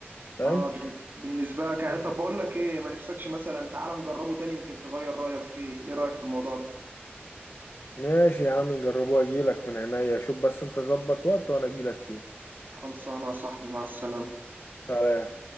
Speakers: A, on the left; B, on the right.
A: فاهم
B: اه بن- بالنسبة لك يعني
A: مم.
B: طب بقول لك ايه ما نفسكش مثلا تعال نجربه تاني يمكن تغير رأيك فيه ايه رأيك في الموضوع ده
A: ماشي يا عم نجربوه اجيلك من عينيا شوف بس انت ظبط وقت وانا اجيلك فيه
B: خلصانة يا صاحبي مع السلامة
A: سلام